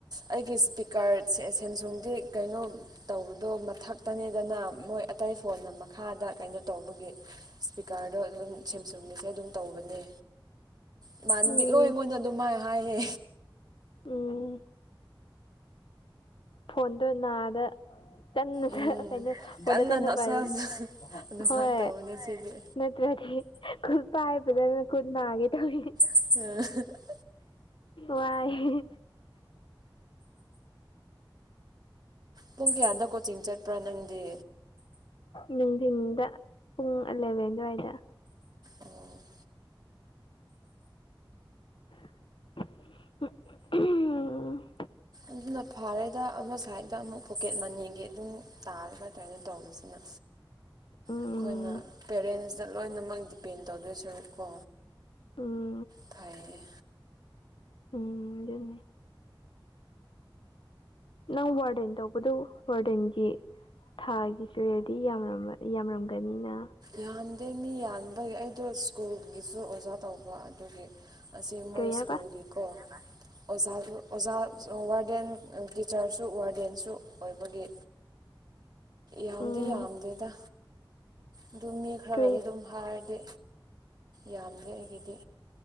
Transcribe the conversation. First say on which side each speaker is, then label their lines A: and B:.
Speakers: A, on the right; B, on the left.
A: ꯑꯩꯒꯤ ꯏꯁꯄꯤꯀꯔꯦ ꯁꯦꯝꯁꯨꯡꯗꯤ ꯀꯩꯅꯣ ꯇꯧꯕꯗꯣ ꯃꯊꯛꯇꯅꯦꯗꯅ ꯃꯣꯏ ꯑꯇꯩ ꯐꯣꯟꯅ ꯃꯈꯥꯗ ꯀꯩꯅꯣ ꯇꯧꯕꯒꯤ ꯏꯁꯄꯤꯀꯥꯔꯗꯣ ꯑꯗꯨꯝ ꯁꯦꯝꯁꯨꯝꯒꯤꯁꯦ ꯑꯗꯨꯝ ꯇꯧꯕꯅꯦ ꯏꯃꯥꯟꯅꯕꯤ
B: ꯎꯝ
A: ꯂꯣꯏ ꯑꯩꯉꯣꯟꯗ ꯑꯗꯨꯝꯃꯥꯏ ꯍꯥꯏꯍꯦ
B: ꯎꯝ ꯐꯣꯟꯗꯣ ꯅꯥꯗ ꯀꯟꯅ
A: ꯎꯝ
B: ꯀꯩꯅꯣ ꯐꯣꯟꯗꯣ ꯀꯟꯅ
A: ꯅꯞꯁꯜꯂꯁꯨ
B: ꯄꯥꯏꯌꯣ
A: ꯑꯗꯨꯃꯥꯏꯅ
B: ꯍꯣꯏ
A: ꯇꯧꯕꯅꯦ ꯁꯤꯗꯤ
B: ꯅꯠꯇ꯭ꯔꯗꯤ ꯈꯨꯠ ꯄꯥꯏꯕꯗꯅ ꯈꯨꯠ ꯅꯥꯒꯦ ꯇꯧꯏ
A: ꯑꯥ
B: ꯋꯥꯏꯌꯦ
A: ꯄꯨꯡ ꯀꯌꯥꯗ ꯀꯣꯆꯤꯡ ꯆꯠꯄ꯭ꯔꯥ ꯅꯪꯗꯤ
B: ꯅꯨꯡꯊꯤꯟꯗ ꯄꯨꯡ ꯑꯦꯂꯚꯦꯟ ꯑꯗꯨꯋꯥꯏꯗ
A: ꯑꯣ
B: <unintelligible>
A: ꯑꯗꯨꯅ ꯐꯔꯦꯗ ꯑꯃ ꯁꯥꯏꯗ ꯑꯃꯨꯛ ꯄꯣꯀꯦꯠ ꯃꯅꯤꯒꯤ ꯑꯗꯨꯝ ꯇꯥꯜꯂꯒ ꯑꯗꯨꯃꯥꯏꯅ ꯇꯧꯕꯁꯤꯅ
B: <unintelligible> ꯎꯝ
A: ꯑꯈꯣꯏꯅ ꯄꯦꯔꯦꯟꯁꯇ ꯂꯣꯏꯅꯃꯛ ꯗꯤꯄꯦꯟ ꯇꯧꯗꯣꯏ ꯁꯔꯨꯛꯀꯣ
B: ꯎꯝ
A: ꯐꯩꯌꯦ
B: ꯎꯝ ꯗꯨꯅꯦ ꯅꯪ ꯋꯥꯔꯗꯦꯟ ꯇꯧꯕꯗꯨ ꯋꯥꯔꯗꯦꯟꯒꯤ ꯊꯥꯒꯤ ꯄꯦꯗꯤ ꯌꯥꯝꯔꯝ ꯌꯥꯝꯔꯝꯒꯅꯤꯅ
A: ꯌꯥꯝꯗꯦ ꯃꯤ ꯌꯥꯝꯕꯒꯤ ꯑꯩꯗꯣ ꯁ꯭ꯀꯨꯜꯒꯤꯁꯨ ꯑꯣꯖꯥ ꯇꯧꯕ ꯑꯗꯨꯒꯤ ꯑꯁꯤ ꯃꯣꯏ
B: ꯀꯔꯤ ꯍꯥꯏꯕ
A: ꯁ꯭ꯀꯨꯜꯒꯤꯀꯣ ꯑꯣꯖꯥꯁꯨ ꯑꯣꯖꯥ ꯋꯥꯔꯗꯦꯟ ꯇꯤꯆꯔꯁꯨ ꯋꯥꯔꯗꯦꯟꯁꯨ ꯑꯣꯏꯕꯒꯤ ꯌꯥꯝꯗꯤ
B: ꯎꯝ
A: ꯌꯥꯝꯗꯦꯗ ꯑꯗꯨꯝ ꯃꯤ ꯈꯔꯒꯗꯤ
B: ꯀꯔꯤ
A: ꯑꯗꯨꯝ ꯍꯥꯢꯔꯗꯤ ꯌꯥꯝꯗꯦ ꯑꯩꯒꯤꯗꯤ